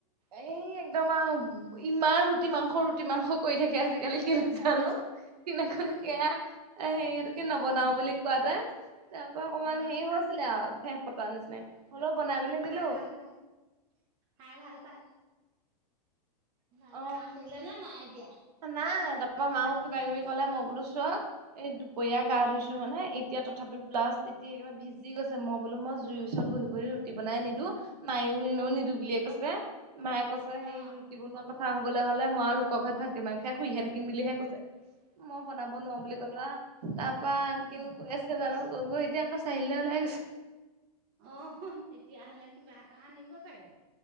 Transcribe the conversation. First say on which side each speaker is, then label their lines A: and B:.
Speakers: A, on the right (about 70°); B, on the right (about 20°).
A: এই একদম আৰু ইমান ৰুটি মাংস ৰুটি মি মাংস কৰি থাকে আজিকালি কি নাাজানো। <unintelligible> নবনাও
B: অ
A: বুলি কোৱাতে তাৰ পৰা অকমান
B: অ
A: হেৰি হৈছিলে ঠে পতাৰ নিচিননা হলেও বনাই মেলি
B: খাই
A: দিলো।
B: ভাল পায় খাই ভাল পায়। নাপা
A: অ
B: আনিলে নে নাই এতিয়া।
A: নাই তাৰপা মাও কিবা কিবি ক'লে মই বোলো চ এই দুপৰীয়া
B: অ
A: গা ধুইছো হ নে। তেতিয়া তথাপি ব্লাষ্ট তিতি একেবাৰে ভিজ গৈছে মই বোলো জুইৰ ওচৰত বহি বহি ৰুটি বনাই নিদি নাই কৈছে মায়ে কৈছে সেই
B: অ
A: ৰুটি বনোৱা কথা। কথা হ'বলৈ হলে মই আৰু লোকৰ ঘৰত ভাত কিমান খাই শুইহে থাকিম বুলিহে কৈছে। মই বনাব নোৱাৰো বুলি ক'লো হ তাৰপৰা কিনো
B: অ
A: কৈ আছে জানো
B: অ
A: গ এতিয়া আ চাৰি আলিলে ওলাই গৈছে।
B: অ তেতিয়াহলে কিবা এটা আনিব চাগে।